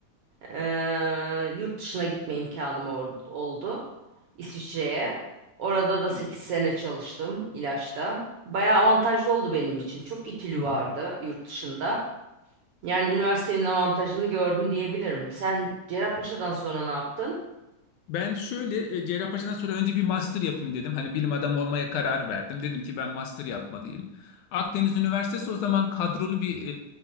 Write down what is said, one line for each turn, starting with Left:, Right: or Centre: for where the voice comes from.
Right: eee, yurt dışına gitme imkanım or- oldu. İsviçre'ye. Orada da 8
Left: Evet.
Right: sene çalıştım ilaçta. Bayağı avantajlı oldu benim için. Çok itülü
Left: Hı
Right: vardı
Left: hı.
Right: yurt dışında. Yani üniversitenin avantajını gördüm diyebilirim. Sen Cerrahpaşa'dan sonra ne yaptın?
Left: Ben şöyle e, Cerrahpaşa'dan sonra önce bir master yapayım dedim. Hani bilim adamı olmaya karar verdim. Dedim ki ben master yapmalıyım. Akdeniz Üniversitesi o zaman kadrolu bir